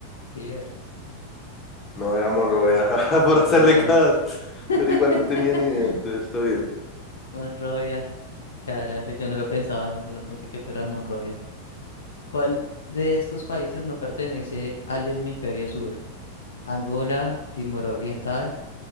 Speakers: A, on the left (about 65°); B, on the left (about 25°).
A: Liber.
B: No, era Monrovia, <laughs>
A: Monrovia.
B: por hacerle caso.
A: <laughs>
B: Pero igual no tenía ni idea, entonces está bien.
A: Monrovia, carajo, yo no lo pensaba, yo no pensé que fuera Monrovia. ¿Cuál de estos países no pertenece al hemisferio sur? ¿Angola, Timor Oriental,